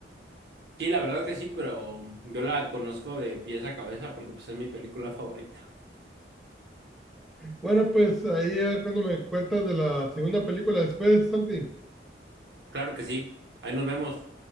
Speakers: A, on the right; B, in the centre.
A: Sí, la verdad que sí, pero yo la conozco de pies a cabeza porque pues es mi película favorita.
B: Bueno, pues ahí a ver cuando me cuentas de la segunda película después, Santi.
A: Claro que sí. Ahí nos vemos.